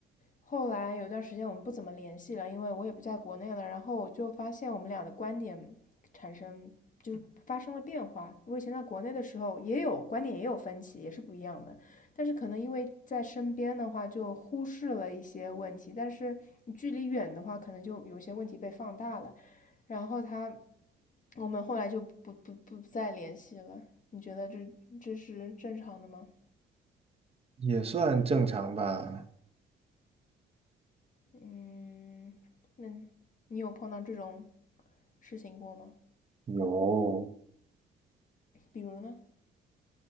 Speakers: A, on the left; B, on the right.
A: 后来有段时间我们不怎么联系了，因为我也不在国内了。然后我就发现我们俩的观点产生就是发生了变化。我以前在国内的时候也有观点也有分歧，也是不一样的。但是可能因为在身边的话就忽视了一些问题，但是你距离远的话，可能就有些问题被放大了。然后他。我们后来就不不不再联系了。你觉得这这是正常的吗？
B: 也算正常吧。
A: 嗯，那你有碰到这种事情过吗？
B: 有，
A: 比如呢？